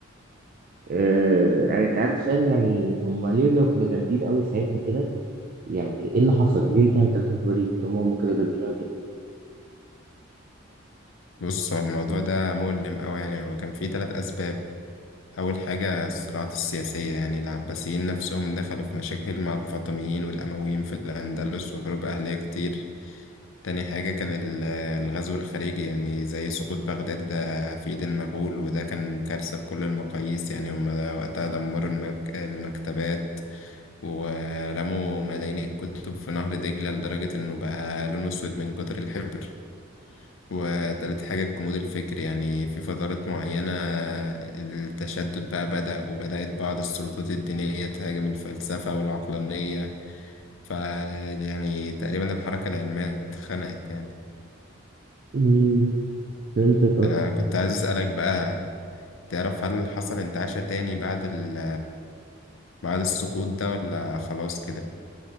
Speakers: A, on the right; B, on the left.
A: آه يعني كان عندي سؤال يعني هم ليه لو كانوا جامدين قوي ساعتها كده يعني ايه اللي حصل ليه انتهت الحقبه دي طب ما هم كانوا جامدين أوي كده
B: بص هو الموضوع ده مؤلم أوي يعني هو كان فيه تلات أسباب أول حاجة الصراعات السياسية يعني العباسيين نفسهم دخلوا في مشاكل مع الفاطميين والأمويين في الأندلس وحروب أهلية كتير تاني حاجة كان ال- الغزو الخارجي يعني زي سقوط بغداد ده في إيد المغول وده كان كارثة بكل المقاييس يعني هم ده وقتها دمروا المك... المكتبات ورموا ملايين الكتب في نهر دجلة لدرجة إنه بقى لونه أسود من كتر الحبر وتالت حاجة الجمود الفكري يعني في فترات معينة التشدد بقى بدأ وبدأت بعض السلطات الدينية تهاجم الفلسفة والعقلانية ف يعني تقريبا الحركة العلمية اتخنقت يعني
A: امم فهمتك اه
B: انا كنت عايز اسالك بقى تعرف هل حصل انتعاشة تاني بعد ال بعد السقوط ده ولا خلاص كده